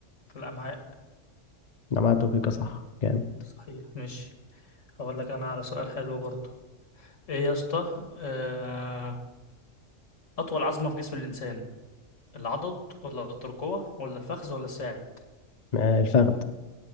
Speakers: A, on the left; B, on the left.
A: في الأمعاء
B: الامعاء الدقيقه صح جامد
A: صحيح ماشي هقول لك أنا على سؤال حلو برضو إيه يا اسطى آه أطول عظمة في جسم الإنسان العضد ولا الترقوة ولا الفخذ ولا الساعد
B: آه، الفخذ